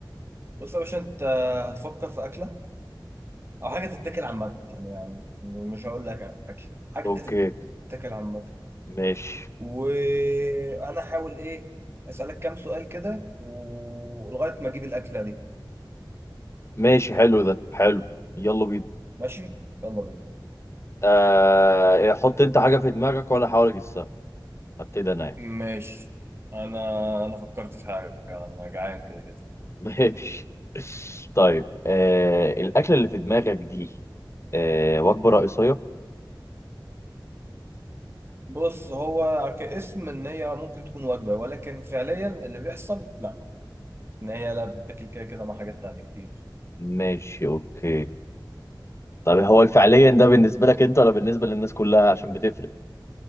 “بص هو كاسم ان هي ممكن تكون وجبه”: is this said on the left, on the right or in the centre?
Right